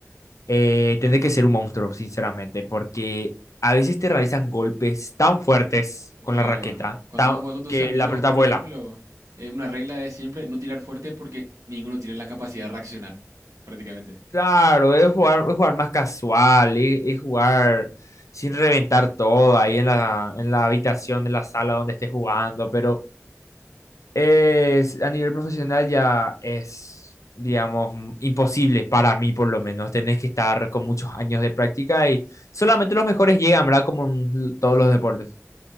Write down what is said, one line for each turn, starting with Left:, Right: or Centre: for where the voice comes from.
Left: eh, tenés que ser un monstruo, sinceramente, porque a veces te realizan golpes tan fuertes con
Right: Claro,
Left: la raqueta,
Right: cuando
Left: tan-
Right: juegas con tus
Left: que
Right: amigos,
Left: la pelota
Right: por
Left: vuela.
Right: ejemplo, eh, una regla es siempre no tirar fuerte porque ninguno tiene la capacidad de reaccionar, prácticamente.
Left: Claro, es jugar, es jugar más casual, es, es jugar sin reventar todo ahí en la, en la habitación, en la sala donde estés jugando, pero es, a nivel profesional ya es, digamos, m- imposible para mí por lo menos. Tenés que estar con muchos años de práctica y solamente los mejores llegan, ¿verdad? Como en l- todos los deportes.